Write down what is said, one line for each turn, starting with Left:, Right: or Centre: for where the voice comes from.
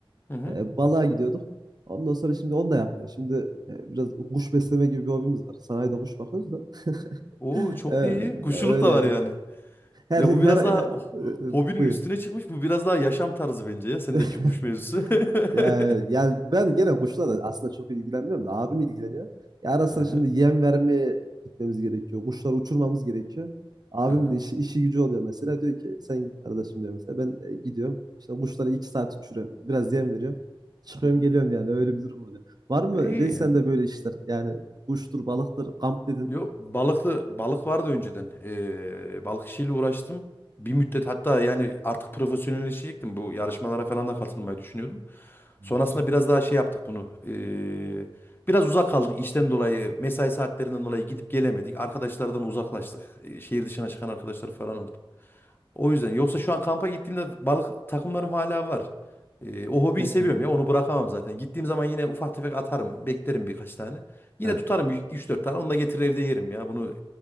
Left: Hı hı.
Right: E, balığa gidiyorduk. Ondan sonra şimdi onu da yapmıyoruz. Şimdi e, biraz kuş besleme gibi bir hobimiz var. Sanayide kuş bakıyoruz da. <laughs>
Left: Oo çok
Right: E,
Left: iyi. Kuşçuluk
Right: öyle
Left: da
Right: yani.
Left: var yani.
Right: Her
Left: Ya
Right: şey,
Left: bu
Right: her
Left: biraz
Right: e,
Left: daha oh,
Right: e, e,
Left: hobinin
Right: buyur.
Left: üstüne çıkmış. Bu biraz daha yaşam tarzı bence ya. Sendeki
Right: <laughs>
Left: kuş mevzusu.
Right: Yani,
Left: <laughs>
Right: yani ben gene kuşlarla aslında çok ilgilenmiyorum da abim ilgileniyor. Ya ara sıra
Left: Aha
Right: şimdi yem vermeye gitmemiz gerekiyor. Kuşları uçurmamız gerekiyor. Abim
Left: aha.
Right: de işi, işi gücü oluyor mesela. Diyor ki sen git arkadaşım diyor mesela. Ben e, gidiyorum. İşte kuşları iki saat uçuruyorum. Biraz yem veriyorum. Çıkıyorum
Left: Hı
Right: geliyorum yani. Öyle bir durum oluyor. Var mı
Left: hı. E, İyi
Right: reis
Left: yani.
Right: sende böyle işler? Yani kuştur, balıktır, kamp dedin.
Left: Yok balıklı balık vardı önceden. Ee, balık işiyle uğraştım. Bir müddet hatta yani artık profesyonelleşecektim. Bu yarışmalara falan da katılmayı düşünüyordum.
Right: Hı.
Left: Sonrasında biraz daha şey yaptık bunu. ee, biraz uzak kaldık işten dolayı, mesai saatlerinden dolayı gidip gelemedik. Arkadaşlardan uzaklaştık. Ee, şehir dışına çıkan arkadaşlar falan oldu. O yüzden yoksa şu an kampa gittiğimde balık takımlarım hala var. Ee, o hobiyi
Right: Yok
Left: seviyorum
Right: ya.
Left: ya onu bırakamam zaten. Gittiğim zaman yine ufak tefek atarım beklerim birkaç tane. Yine
Right: He,
Left: tutarım üç dört tane onu da getirir evde yerim ya. Bunu